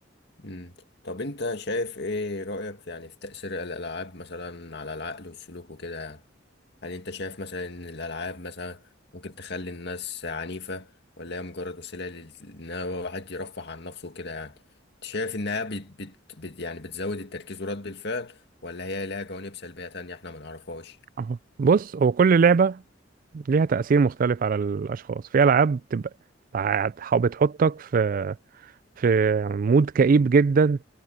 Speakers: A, on the left; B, on the right.
A: مم. طب انت شايف ايه رأيك في يعني في تأثير الألعاب مثلا على العقل والسلوك وكده يعني هل انت شايف مثلا ان الألعاب مثلا ممكن تخلي الناس عنيفة ولا هي مجرد وسيلة لل- ان هو واحد يرفه عن نفسه وكده يعني انت شايف انها بت بت بت يعني بتزود التركيز ورد الفعل ولا هي لها جوانب سلبية تانية احنا ما نعرفهاش
B: أهو. بص هو كل لعبة ليها تأثير مختلف على الأشخاص في ألعاب بتبقى بتع- بتحطك في في مود كئيب جدا